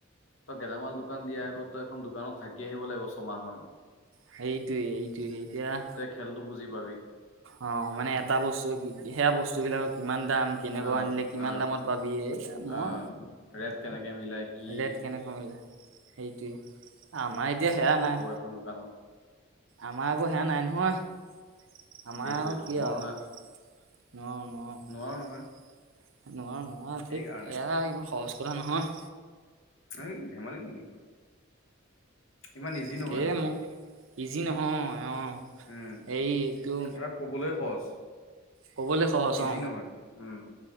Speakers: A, on the left; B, on the right.
A: তই গেলামাল দোকান দিয়াৰ আগত ত‌ই, এখন দোকানত থাকি আহিব লাগিব ছমাহ মান।
B: সেইটোয়ে, এইটোয়ে এতিয়া ৰাখ
A: খেলতো বুজি পাবি।
B: অ, মানে এটা বস্তু, সেয়া বস্তু বিলাকক কিমান দাম। কেনেকুৱা
A: অ
B: আনিলে কিমান
A: অ
B: দামত পাবি, এই মই
A: অ ৰেট কেনেকে মিলাই কি
B: ৰেট, কেনেকৈ মিলে অই সেইটোৱে, আমাৰ এতিয়া সেয়া নাই।
A: খন, দোকানত
B: আমাৰ আকৌ, সেয়া নাই নহয়। আমাৰ
A: সেইটোয়েতো
B: আৰু কি
A: নোৱাৰো
B: আৰু,
A: না
B: নোৱাৰোঁ, নোৱাৰোঁ।
A: নোৱাৰো নহয়
B: নোৱাৰোঁ, নোৱাৰোঁ
A: সেইকাৰণে
B: ঠিক এয়া, ইমান সহজ কথা নহয়।
A: হেই, ধেমালি নেকি? ইমান ইজি
B: তাকেই
A: নহয়তো
B: মোৰ ইজি নহয় অ,
A: উম
B: এইটো
A: আৰু ক'বলৈ সহজ,
B: কবলৈ সহজ
A: ইজি
B: অ
A: নহয় উম,